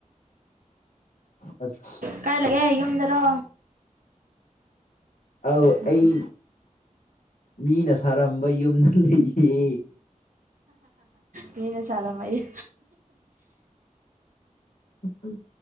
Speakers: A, on the left; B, on the right.
A: ꯑꯁ
B: ꯀꯥꯏ ꯂꯩꯛꯑꯦ ꯌꯨꯝꯗꯔꯣ
A: ꯑ
B: ꯎꯝ
A: ꯑꯩ ꯃꯤꯅ ꯁꯥꯔꯝꯕ ꯌꯨꯝꯗ ꯂꯩꯌꯦ
B: ꯃꯤꯅꯦ ꯆꯂ ꯃꯌ
A: ꯎ ꯎ ꯎꯝ